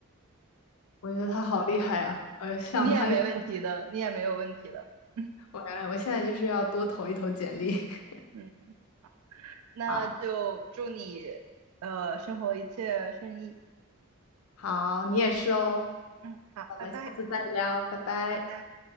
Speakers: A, on the left; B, on the right.
A: 我觉得他好厉害啊！
B: 对，
A: 呃，像他，
B: 你也没问题的，你也没有问题的。<laughs>
A: 我我现在就是要多投一投简历。<laughs>
B: 嗯，那就祝你
A: 好，
B: 呃生活一切顺意。
A: 好，你也是哦。
B: 嗯，好，
A: 我们下次再聊，
B: 拜拜，
A: 拜拜。
B: 拜拜。